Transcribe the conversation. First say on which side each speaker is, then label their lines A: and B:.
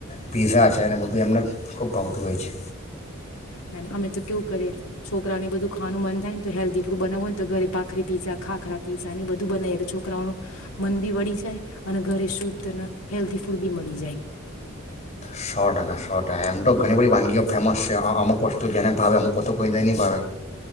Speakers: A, on the left; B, on the left.
A: પીઝા છે અને બધું એમને ખૂબ ભાવતું હોય છે.
B: ના અમે તો કેવું કરીએ છોકરાઓને બધું ખાવાનું મન થાયને તો હેલ્ધી ફૂડ બનાવવું ને તો ઘરે ભાખરી પીઝા ખાખરા પીઝા બધું બનાવીએ એટલે છોકરાઓ ન મન બી વળી જાય અને ઘરે શુદ્ધ અને હેલ્ધી ફૂડ બી મળી જાય.
A: સો ટકા સો ટકા એમ તો ઘણી બધી વાનગીઓ. ફેમસ છે અમુક વસ્તુ જેને ભાવે અમુક વસ્તુ કોઈને નહીં ભાવે